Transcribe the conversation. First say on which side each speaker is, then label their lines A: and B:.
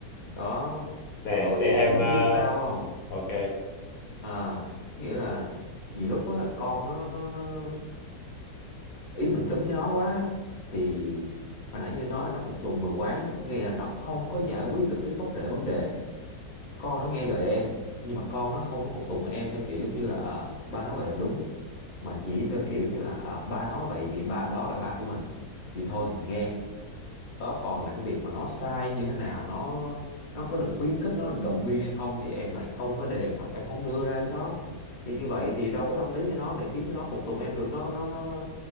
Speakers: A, on the left (about 45°); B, on the left (about 65°).
A: đó
B: để
A: rồi
B: để em ờ,
A: biết sao không
B: ok
A: à nghĩa là nhiều lúc á con nó nó nó ý mình cứng với nó quá thì hồi nãy như nó là nó phục tùng mù quáng nghĩa là nó không có giải quyết được cái gốc rễ vấn đề con nó nghe lời em nhưng mà con nó không có phục tùng em theo kiểu giống như là ờ, ba nói vậy là đúng mà chỉ theo kiểu như là ờ, ba nói vậy vì ba đó là ba của mình thì thôi mình nghe đó còn là cái việc mà nó sai như thế nào nó nó có được khuyến khích nó được động viên hay không thì em lại không có đề cập em không đưa ra cho nó thì như vậy thì đâu có tâm lý cho nó để khiến cho nó phục tùng em được nó nó nó